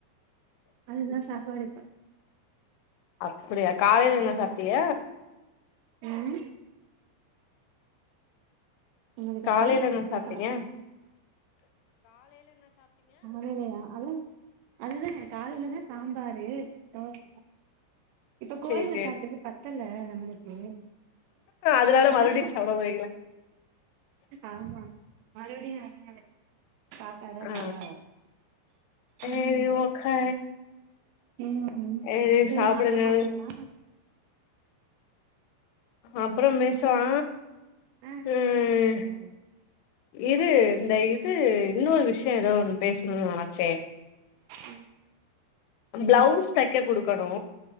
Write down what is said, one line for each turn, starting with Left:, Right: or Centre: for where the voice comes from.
Right: அதுதா சாப்பாடு இப்ப
Left: அப்பிடியா காலையில் என்ன சாப்ட்டீங்க
Right: ம் என்னது காத்தியா
Left: காலையில என்ன
Right: கேக்கல
Left: சாப்பிட்டீங்க
Right: காலைய்லயா அவுல் அதுதாங்க காலையிலதா சாம்பாரு தோச இப்ப கோயில்ல
Left: சேரி சேரி
Right: சாப்ட்டது பத்தல்ல நம்ளுக்கு
Left: அதனால
Right: அ
Left: மறுபடியு சாப்ட போறீங்களா
Right: ஆமா மறுப்டியு அ வச்சு தாத்தா
Left: ஆ
Right: சரியா ம்
Left: ஏரி ஓகே
Right: ம் ம்
Left: ஏரி
Right: சரி
Left: சாப்டுங்க
Right: நா அப்புறோ கூப்பிடவா
Left: அப்புறம் மேசலா
Right: ஆ
Left: ம்
Right: அப்றமேட்டு கூப்பட்றேங்க
Left: இரு இந்த இது இன்னொரு விஷ்யோ ஏதோ ஒண்ணு பேசணு நெனச்ச
Right: ம் சொல்லு
Left: பிளவுஸ் தெக்க குடுக்கணு